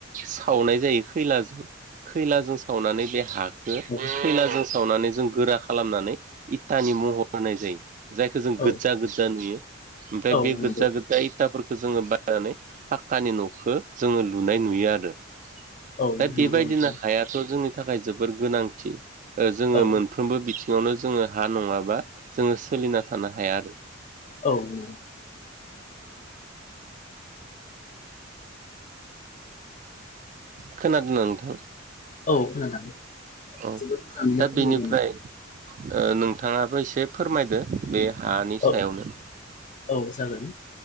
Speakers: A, on the right; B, on the left.
A: सावनाय जायो खैलाजों खैलाजों सावनानै बे हाख खो
B: औ
A: खैलाजों सावनानैजों गोरा खालामनानै इटानि महर होनाय जायो। जायखोजों
B: औ
A: गोदजा गोदजा नुयो ओमफाय
B: औ
A: बे
B: नंगौ
A: गोदजा गोदजा इट इटा फोरखो जोङो बायनानै पाक्कानि नखो जोङो लुनाय नुयोआरो।
B: औ
A: दा
B: नंगौ
A: बेबायदिनो
B: नोंथां
A: हायाथ जोंनि। थाखाय जोबोर गोनांथि ओह जोङो
B: औ
A: मोनफ्रोमबो बिथिङावनो जोङो हा नङाबा। जोङो सोलिना थानो हायाआरो।
B: औ नंगौ <inaudible>
A: खोनादोना नोंथां?
B: औ खोनादों।
A: औ
B: जोबोद मोजाङैनो
A: दा
B: फोरमायदों
A: बेनिफ्राय ओ नोंथाङाबो एसे फोरमायदो बे हानि
B: औ
A: सायावनो?
B: औ जागोन